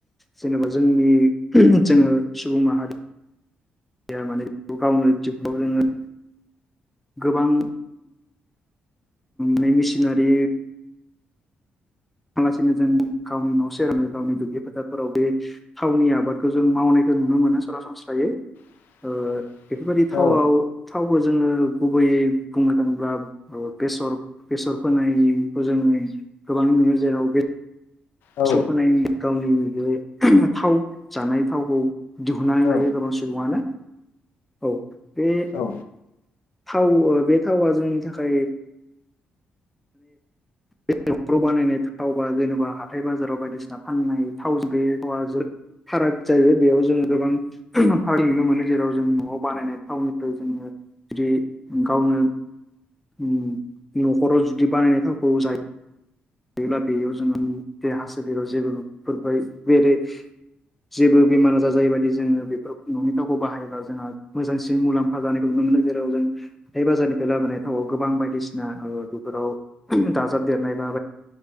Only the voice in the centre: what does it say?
जेनेबा जोंनि जोङो सुबुं माहारि या माने बेखौ गावनो बाव जोङो गोबां मेसिनारि लासिनो जों गावनि न'से आरो गावनि दुब्लि फोथारफोराव बे थावनि आबादखौ जों मावनाय नुनो मोनो सरासनस्रायै
ओ बेफोरबायदि थावआव
थावबो जोङो गुबैयै बुंनो थाङोब्ला बेसर बेसर फोनायखौ जोङो गोबां नुयो जेराव
बेसर फोनायनि गावनि बे थाव जानाय थावखौ दिहुननानै
लायो सुबुङानो औ बे
थाव बे थावा जोंनि थाखाय बे नखाव बानायनाय थावबा जेनेबा हाथाय बाजाराव बायदिसिना फाननाय थाव बे थावा जोद फाराग जायो बेयाव जोङो गोबां फाराग नुनो मोनो जेराव जों न'आव बानायनाय थावनिफ्राय जोङो जुदि गावनो न' खराव जुदि बानायनाय थावखौ जायो गायोब्ला बेयाव जोङो देहा सोलेरयाव जेबो फोरबाय बेरे जेबो बेमार आजार जायो बाददि जोंङो बेफोर ननि थावखौ बाहायोब्ला जोंहा मोजांसिन मुलाम्फा जानायखौ नुो नुनाय जेराव जों हाथाय बाजानिफ्राय लाबोनाय थावआव गोबां बायसिना ओ बेफोराव दाबेर देरनाय बा